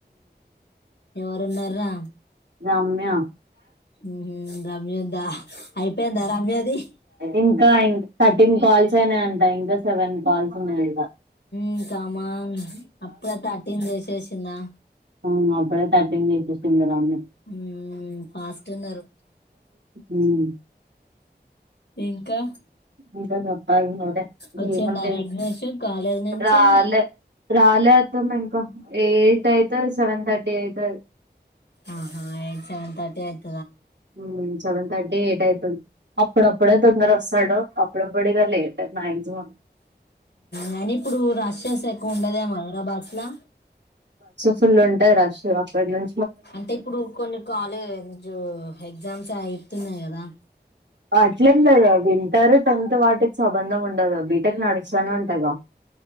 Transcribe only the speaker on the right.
రమ్య
ఇంకా ఇన్ థర్టీన్ కాల్స్ అయినయంట ఇంకా సెవెన్ కాల్స్ ఉన్నాయ
అవును అప్పుడే తర్టీన్ చేసేసింది రమ్య
ఉమ్
<unintelligible>
రాలే రాలే అత్తమ్మ ఇంకా ఎయిట్ అయితది సెవెన్ థర్టీ అయితది.
మ్ సెవెన్ థర్టీ అదే ఎయిట్ అయితుంద్ అప్పుడప్పుడే తొందర వస్తాడు అప్పుడప్పుడు ఇగ లేట్ మాక్సిమం
ఫుల్లు ఉంటాయి రష్ అక్కడ్ నుం
ఆ అట్లేం లేదు వింటర్ టెన్త్ వాటిక్ సంబంధం ఉండదు. బీటెక్ నడుస్తనే ఉంటద్గా